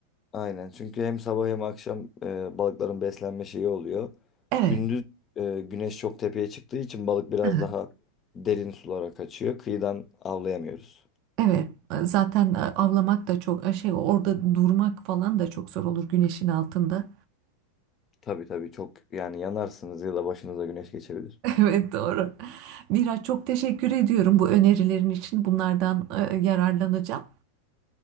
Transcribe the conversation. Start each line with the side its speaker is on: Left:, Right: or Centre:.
Left: Aynen. Çünkü hem sabah hem akşam e, balıkların beslenme şeyi oluyor.
Right: Evet.
Left: Gündüz e, güneş çok tepeye çıktığı için balık biraz
Right: Hı hı.
Left: daha derin sulara kaçıyor. Kıyıdan avlayamıyoruz.
Right: Evet zaten avlamak da çok şey orada durmak falan da çok zor olur güneşin altında.
Left: Tabii tabii çok yani yanarsınız ya da başınıza güneş geçebilir.
Right: <laughs> Evet doğru. Miraç çok teşekkür ediyorum bu önerilerin için bunlardan e, yararlanacağım.